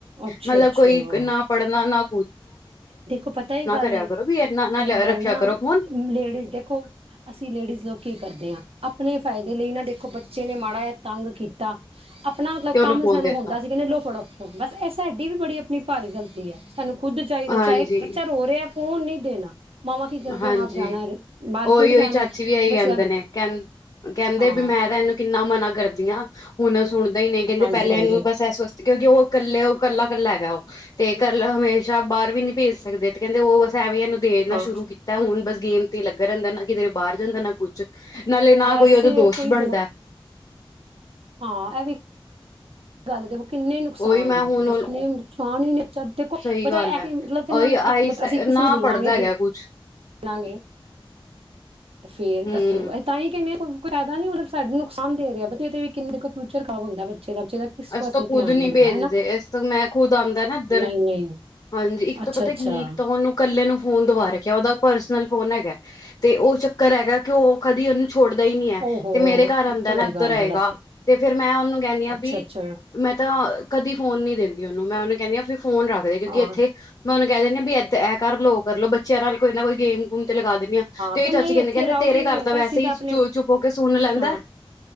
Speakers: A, on the right (about 80°); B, on the left (about 45°).
A: ਅੱਛਾ
B: ਮਤਲਬ
A: ਅੱਛਾ
B: ਕੋਈ ਨਾ ਪੜ੍ਹ ਨਾ
A: ਦੇਖੋ ਪਤਾ ਹੀ ਗੱਲ
B: ਕਰਿਆ ਕਰੋ ਵੀ ਇਨਾ ਨਾ
A: ਕਈ ਵਾਰ
B: ਰੱਖਿਆ
A: ਨਾ
B: ਕਰੋ ਫੋਨ
A: ਲੇਡੀਜ਼ ਦੇਖੋ ਅਸੀਂ ਲੇਡੀਜ਼ ਲੋਕ ਕੀ ਕਰਦੇ ਹਾਂ ਆਪਣੇ ਫਾਇਦੇ ਲਈ ਨਾ ਦੇਖੋ ਬੱਚੇ ਨੇ ਮਾੜਾ ਜਿਹਾ ਤੰਗ ਕੀਤਾ ਆਪਣਾ ਮਤਲਬ
B: ਤੇ ਉਹਨੂੰ
A: ਕੰਮ
B: ਫੋਨ
A: ਸਾਨੂੰ
B: ਦਿੱਤਾ
A: ਹੁੰਦਾ ਸੀ ਕਹਿੰਦੇ ਲੋ ਫੜੋ ਮਤਲਬ ਇਹ ਸਾਡੀ ਵੀ ਬੜੀ ਕਿੰਨੀ ਭਾਰੀ ਗ਼ਲਤੀ ਹੈ ਸਾਨੂੰ ਖੁੱਦ ਚਾਹੀਦਾ
B: ਹਾਂਜੀ
A: ਚਾਹੇ ਬੱਚਾ ਰੋ ਰਿਹਾ ਫੋਨ ਨਹੀਂ ਦੇਣਾ ਮਾਵਾਂ ਕੀ ਕਰਦੀਆਂ
B: ਹਾਂਜੀ
A: ਆਪ ਜਾਣਾ ਮਾਰਕੀਟ
B: ਓਹੀ ਉਹੀ
A: ਜਾਣਾ
B: ਚਾਚੀ ਵੀ ਆਹੀ
A: ਬੱਚਿਆਂ
B: ਕਹਿੰਦੇ
A: ਨੂੰ
B: ਨੇ ਕਹ ਕਹਿੰਦੇ
A: ਹਾਂ
B: ਵੀ ਮੈਂ ਤਾਂ ਇਹਨੂੰ ਕਿੰਨਾ ਮਨਾ ਕਰਦੀਆਂ ਹੁਣ ਸੁਣਦਾ ਹੀ ਨਹੀਂ ਕਹਿੰਦੇ
A: ਹਾਂਜੀ
B: ਪਹਿਲਿਆਂ
A: ਹਾਂਜੀ
B: ਇਹਨੂੰ ਬਸ ਇਸ ਵਾਸਤੇ ਕਿਉਂਕਿ ਉਹ ਇਕੱਲੇ ਉਹ ਇਕੱਲਾ ਇਕੱਲਾ ਹੈਗਾ ਉਹ ਤੇ ਇਕਲਾ ਹਮੇਸ਼ਾ ਬਾਹਰ ਵੀ ਨਹੀਂ ਭੇਜ ਸਕਦੇ ਤੇ ਕਹਿੰਦੇ ਉਹ ਬਸ ਐ ਵੀ ਇਹਨ ਦੇਨਾ
A: ਹਾਂ
B: ਸ਼ੁਰੂ ਤਾਂ ਹੁਣ ਬਸ ਗੇਮ ਤੇ ਲੱਗਾ ਰਹਿੰਦਾ ਨਾ ਕਿਤੇ ਬਾਹਰ ਜਾਂਦਾ ਨਾ ਕੁਛ ਨਾਲੇ ਨਾ
A: ਵੈਸੇ
B: ਕੋਈ ਉਹਦਾ ਦੋਸਤ
A: ਕੋਈ
B: ਬਣਦਾ
A: ਹੋਰ ਹਾਂ ਇਹ ਵੀ ਗੱਲ ਦੇਖ ਕਿੰਨੇ ਨੁਕਸਾਨ
B: ਉਹੀ ਮੈਂ
A: ਨੇ
B: ਹੁਣ
A: ਦੱਸੇ ਨੁਕਸਾਨ ਹੀ ਨੇ ਬਾ
B: ਸਹੀ
A: ਮਤਲਬ
B: ਗੱਲ ਹੈ ਉਹੀ
A: ਨਾਲ
B: ਆਈ
A: ਅਸੀਂ ਕਿਸੇ
B: ਨਾ
A: ਨੂੰ ਮਿਲਾਂਗੇ
B: ਪੜ੍ਹਦਾ
A: ਮਿਲਾਂਗੇ
B: ਹੈਗਾ ਕੁਛ
A: ਫੇਰ
B: ਹਮ
A: ਦੱਸੋ ਇਹ ਤਾਂ ਹੀ ਕਹਿਣੀ ਕੋਈ ਫਾਇਦਾ ਨੀ ਮਤਲਬ ਸਾਡਾ ਨੁਕਸਾਨ ਦੇ ਰਿਹਾ ਬ ਇਹ ਵੀ ਕਿੰਨੇ ਫਿਊਚਰ ਖਰਾਬ ਹੁੰਦਾ ਬੱਚੇ ਦਾ ਦਾ ਕਿਸ
B: ਅਸੀਂ
A: ਪਾਸੇ
B: ਤਾਂ ਖੁਦ
A: ਧਿਆਨ
B: ਨੀ
A: ਲੱਗਦਾ
B: ਭੇਜਦੇ
A: ਹਨਾ
B: ਇਸ ਤੋਂ ਮੈਂ ਖੁਦ ਆਂਦਾ ਨਾ ਇੱਧਰ
A: ਨਹੀਂ ਨਹੀਂ
B: ਹਾਂ ਹਾਂਜੀ ਇੱਕ
A: ਅੱਛਾ
B: ਤਾਂ ਪਤਾ
A: ਅੱਛਾ
B: ਕੀ ਇੱਕ ਤਾਂ ਉਹਨੂੰ ਇਕੱਲੇ ਨੂੰ ਫੋਨ ਦਬਾ ਰੱਖਿਆ ਉਹਦਾ ਪਰਸਨਲ ਫੋਨ ਹੈਗਾ ਤੇ ਉਹ ਚੱਕਰ ਹੈਗਾ ਕਿ ਉਹ ਕਦੀ ਉਹਨੂੰ ਛੋੜਦਾ ਹੀ ਨੀ ਹੈ
A: ਓਹੋ
B: ਤੇ ਮੇਰੇ ਘਰ
A: ਸਭ
B: ਆਂਦਾ
A: ਤੋਂ
B: ਨਾ
A: ਵੱਡੀ
B: ਇੱਧਰ
A: ਗੱਲ
B: ਆਏਗਾ
A: ਗਲਤ
B: ਤੇ ਫੇਰ ਮੈਂ ਉਹਨੂੰ ਕਹਿਣੀ ਹਾਂ
A: ਅੱਛਾ
B: ਵੀ
A: ਅੱਛਾ
B: ਮੈਂ ਤਾਂ ਕਦੀ ਫੋਨ ਨਹੀਂ ਦਿੰਦੀ ਉਹਨੂੰ ਮੈਂ ਉਹਨੂੰ ਕਹਿੰਦੀ ਹਾਂ ਫੋਨ ਰੱਖਦੇ ਕਿਉਂਕਿ
A: ਹਾਂ
B: ਇੱਥੇ ਮੈਂ ਉਹਨੂੰ ਕਹਿ ਦਿੰਦੇ ਵੀ ਇੱਦ ਇਹ ਕਰ ਲੋ ਕਰ ਲੋ ਬੱਚਿਆਂ ਨਾਲ ਕੋਈ ਨਾ ਕੋਈ ਗੇਮ ਗੂਮ ਤੇ ਲਗਾ ਦਿਨੀ ਹਾਂ ਤੇ
A: ਕ
B: ਉਹੀ
A: ਨਹੀਂ
B: ਚਾਚੀ ਕਹਿੰਦੇ
A: ਇੱਥੇ
B: ਕਹਿੰਦੇ
A: ਅਲਾਊਡ
B: ਤੇਰੇ
A: ਹੀ ਨਹੀਂ
B: ਘਰ
A: ਹੈ
B: ਤਾਂ
A: ਕਿ
B: ਵੈਸੇ
A: ਅਸੀਂ
B: ਹੀ
A: ਆਪਣੇ
B: ਚ ਚੁੱਪ ਹੋ ਕੇ ਸੁਣ ਲੈਂਦਾ
A: ਹਾਂ